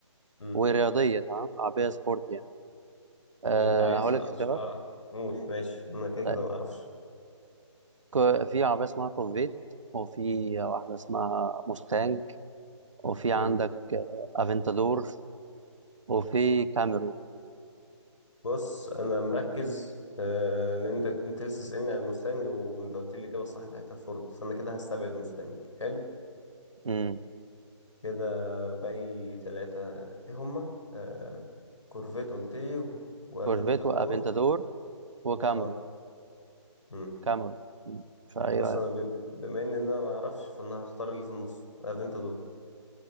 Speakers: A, on the left; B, on the right.
A: هم.
B: ورياضية تمام عربية سبورت يعني أه
A: يعني انت عايز
B: هقول
A: أص...
B: لك اختيارات
A: اه قول ماشي انا كده كده
B: طيب
A: ما اعرفش
B: ك- في عربية اسمها كورفيت وفي واحدة اسمها موستانج وفي عندك
A: هم.
B: آه، افنتادور وفي كاميرو
A: بص انا مركز آه لان انت انت لسه سألني عن المستنج وانت قلت لي الاجابه الصح بتاعتها فورد فانا كده هستبعد مستنج حلو
B: امم
A: كده باقي تلاتة ايه هما آه كورفيت قلتلي و... وافنتادور
B: كورفيت وافنتادور وكاميرو
A: اه مم.
B: كاميرو مم. فايه
A: بص
B: رأيك؟
A: انا ب... بما ان انا ما اعرفش فانا هختار اللي في النص افنتادور